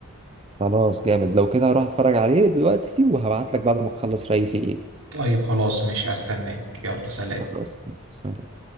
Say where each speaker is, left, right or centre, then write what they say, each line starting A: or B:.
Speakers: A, on the right; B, on the right.
A: خلاص جامد لو كده هروح اتفرج عليه دلوقتي وهبعت لك بعد ما اخلص رايي فيه ايه
B: طيب خلاص ماشي هستناك يلا سلام
A: خلاص سلام